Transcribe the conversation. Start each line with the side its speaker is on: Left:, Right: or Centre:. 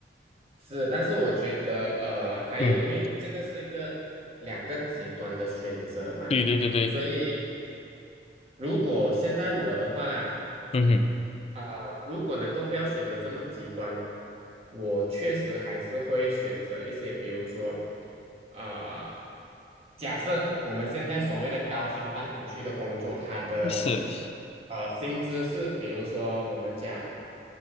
Right: 是，但是我觉得呃，还有，
Left: 嗯，
Right: 因为这个是一个两个极端的选择嘛，
Left: 对对对对，
Right: 所以如果现在我的话啦，
Left: 嗯哼，
Right: 啊、如果能够不要选择这么极端，我确实还是会选择一些，比如说，啊、假设我们现在所谓的高薪但无趣的工作，它的
Left: 是
Right: 呃薪资是，比如说我们讲